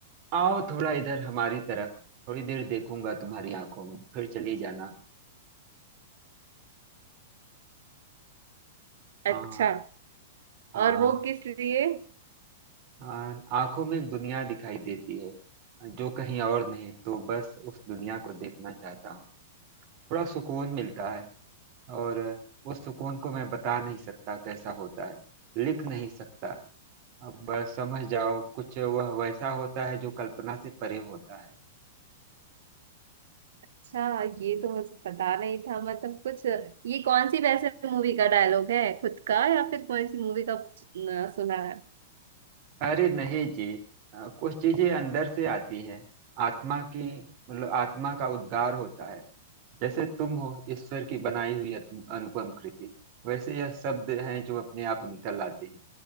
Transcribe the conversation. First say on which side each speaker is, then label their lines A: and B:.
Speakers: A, on the right (about 45°); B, on the right (about 65°).
A: आओ थोड़ा इधर हमारी तरफ थोड़ी देर देखूंगा तुम्हारी आंखों में फिर चली जाना हाँ
B: अच्छा
A: हाँ
B: और वो किस लिए
A: हाँ, आंखों में एक दुनिया दिखाई देती है जो कहीं और नहीं तो बस उस दुनिया को देखना चाहता हूँ थोड़ा सुकून मिलता है और उस सुकून को मैं बता नहीं सकता कैसा होता है लिख नहीं सकता अब समझ जाओ कुछ वह वैसा होता है जो कल्पना से परे होता है
B: अच्छा ये तो मुझे पता नहीं था मतलब कुछ ये कौन सी वैसे मूवी का डायलॉग है खुद का या फिर कौन सी मूवी का न, सुना है
A: अरे नहीं जी अ, कुछ चीजें अंदर से आती हैं आत्मा की मतलब आत्मा का उद्गार होता है जैसे तुम हो ईश्वर की बनाई हुई अत- अनुपम कृति वैसे यह शब्द हैं जो अपने आप निकल आते हैं